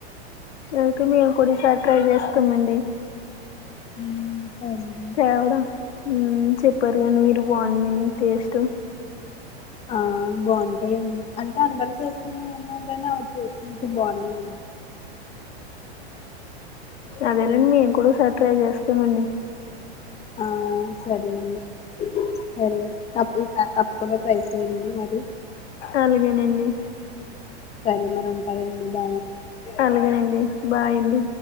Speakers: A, on the left; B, on the left.
A: అయితే మేము కూడా ఈసారి ట్రై చేస్తామండి
B: హ్మ్ సరే అండి
A: తేవడం చెప్పారు కానీ మీరు బావు <unintelligible> టేస్ట్
B: ఆ బావుంటాయండి అంటే అందరు చేసినయేనా నా చేసింటే బాగున్నా <inaudible>
A: అదేలేండి మేం కూడో సారి ట్రై చేస్తామండి
B: ఆ సరే అండి సరే అ తప్పు తప్పకుండా ట్రై చేయండి మరి
A: అలాగేనండి
B: సరే మరి సరే అండి బా
A: అలాగేనండి బాయ్ అండి